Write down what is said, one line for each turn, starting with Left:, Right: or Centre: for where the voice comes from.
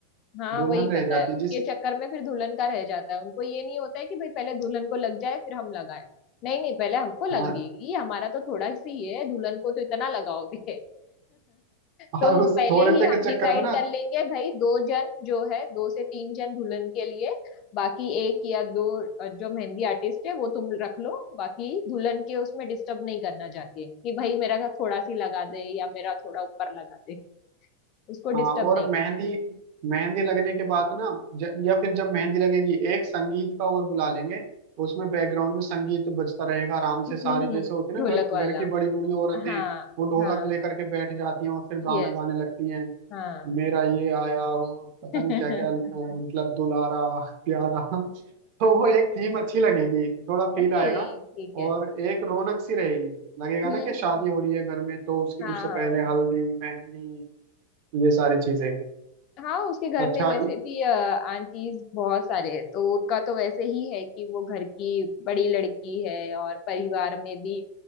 Left: हाँ
Right: दुल्हन
Left: वही
Right: रह
Left: पता
Right: जाती
Left: है उसके
Right: है जिस
Left: चक्कर में फिर दुल्हन का रह जाता है उनको ये नहीं होता है कि भाई पहले दुल्हन को लग जाए फिर हम लगाए नहीं नहीं पहले हमको लगेगी
Right: हाँ
Left: हमारा तो थोड़ा सी ही है दुल्हन को तो इतना लगाओगे <laughs> तो
Right: और उस
Left: पहले
Right: थोड़े
Left: ही
Right: से
Left: हम
Right: के
Left: डिसाइड
Right: चक्कर में ना
Left: कर लेंगे भाई दो जन जो है दो से तीन जन दुल्हन के लिए बाकी एक या दो अ, जो मेहंदी आर्टिस्ट है वो तुम रख लो बाकी दुल्हन के उसमें डिस्टर्ब नहीं करना चाहते कि भाई मेरा थोड़ा सी लगा दे या मेरा थोड़ा ऊपर लगा दे उसको
Right: हाँ
Left: डिस्टर्ब
Right: और
Left: नहीं
Right: मेहंदी
Left: करे
Right: मेहंदी लगने के बाद ना ज, या फिर जब मेहंदी लगेगी एक संगीत का और बुला लेंगे उसमें बैकग्राउंड में संगीत बजता रहेगा आराम से
Left: हम्म
Right: सारी जैसे
Left: हम्म,
Right: होती है
Left: ढोलक
Right: ना घर
Left: वाला
Right: घर की बड़ी बूढ़ी औरतें
Left: हाँ
Right: वो ढोलक
Left: हाँ
Right: लेकर के बैठ जाती हैं और फिर गाना
Left: यस
Right: गाने लगती
Left: यस
Right: हैं
Left: हाँ
Right: मेरा ये आया वो
Left: <laughs>
Right: पता नहीं क्या क्या मतलब दुलारा प्यारा तो वो एक थीम अच्छी लगेगी थोड़ा फील
Left: नहीं
Right: आएगा
Left: ठीक है
Right: और एक रौनक सी रहेगी लगेगा
Left: हम्म
Right: ना कि
Left: हम्म,
Right: शादी
Left: हम्म।
Right: हो रही है घर में तो उसके
Left: हाँ
Right: उससे
Left: हाँ
Right: पहले
Left: समझे।
Right: हल्दी मेहंदी ये सारी चीजें
Left: हाँ उसके घर
Right: अच्छा
Left: में वैसे
Right: इ-
Left: भी आंटीज बहुत सारे हैं तो उनका तो वैसे ही है कि वो घर की बड़ी लड़की है और परिवार में भी